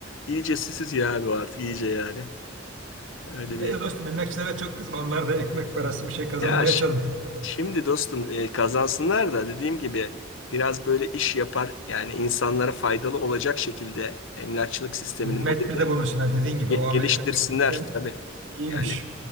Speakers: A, on the left (about 80°); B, on the right (about 75°).
A: iyice süsüz ya abi o artık iyice yani. Öyle
B: Neyse
A: bir...
B: dostum emekçilere çok kızma. Onlar da ekmek parası bir şey kazanmaya
A: Ya
B: çalışıyor.
A: Şimdi dostum e, kazansınlar da dediğim gibi biraz böyle iş yapar yani insanlara faydalı olacak şekilde emlakçılık sistemini
B: Hizmette
A: modeli
B: de bulunsunlar. Dediğin gibi
A: ge-
B: o Amerika'daki
A: geliştirsinler
B: sistem
A: tabii.
B: iyiymiş.
A: Yani